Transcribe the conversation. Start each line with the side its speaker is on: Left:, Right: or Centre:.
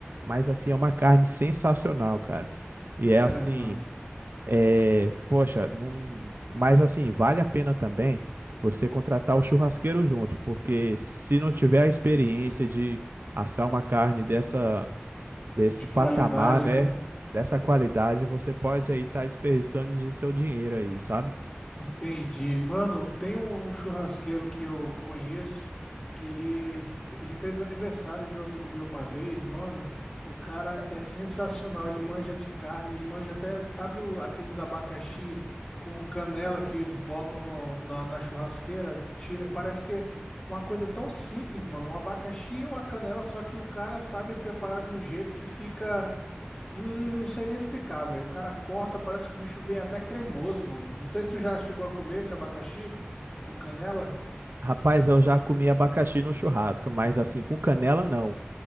Right: Mas assim, é uma carne sensacional, cara. E é
Left: É,
Right: assim,
Left: mano,
Right: é, poxa, não, mas assim, vale a pena também você contratar o churrasqueiro junto, porque se não tiver a experiência de assar uma carne dessa desse
Left: de
Right: patamar,
Left: qualidade,
Right: né?
Left: né?
Right: Dessa qualidade, você pode aí estar desperdiçando de seu dinheiro aí, sabe?
Left: Entendi. Mano, tem um churrasqueiro que eu conheço que ele, ele fez o aniversário de um amigo meu uma vez. Mano, o cara é sensacional. Ele manja de carne, ele manja até, sabe o- aqueles abacaxi com canela que eles botam no- na, na churrasqueira? Tira, parece que é uma coisa tão simples, mano. Um abacaxi e uma canela, só que o cara sabe preparar de um jeito que fica. Hum, não sei nem explicar, velho. O cara corta, parece que o bicho vem até cremoso, mano. Não sei se tu já chegou a comer esse abacaxi com canela.
Right: Rapaz, eu já comi abacaxi no churrasco, mas assim, com canela não.